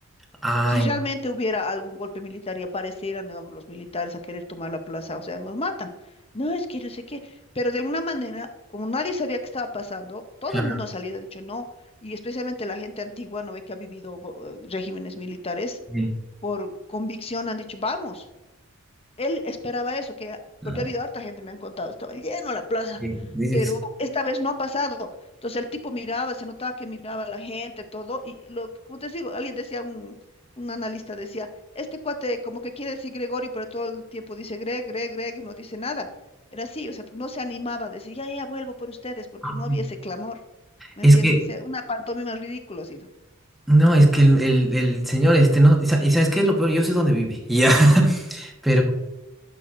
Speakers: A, in the centre; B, on the left.
A: Ay,
B: Si realmente hubiera algún golpe militar y aparecieran, digamos, los militares a querer tomar la plaza, o sea, nos matan. No, es que yo sé qué, pero de alguna manera, como nadie sabía qué estaba pasando, todo
A: claro.
B: el mundo ha salido, ha dicho no, y especialmente la gente antigua, no ve que ha vivido go- eh, regímenes militares,
A: sí,
B: por convicción han dicho, vamos. Él esperaba eso, que,
A: ah,
B: porque ha habido harta gente, me han contado, estaba lleno la plaza,
A: sí, Dice
B: pero
A: que sí.
B: esta vez no ha pasado. Entonces el tipo miraba, se notaba que miraba a la gente, todo, y lo, como te digo, alguien decía, un, un analista decía, este cuate como que quiere decir Gregorio, pero todo el tiempo dice Greg, Greg, Greg, y no dice nada. Era así, o sea, no se animaba a decir, ya, ya, ya, vuelvo por ustedes, porque
A: Ay,
B: no había ese clamor, ¿me
A: Es
B: entiendes?
A: que
B: O sea, una pantomima ridícula ha sido.
A: No, es que el, el- el señor este no, y sa- y ¿sabes qué es lo peor? Yo sé dónde vive, Ya. <laughs> pero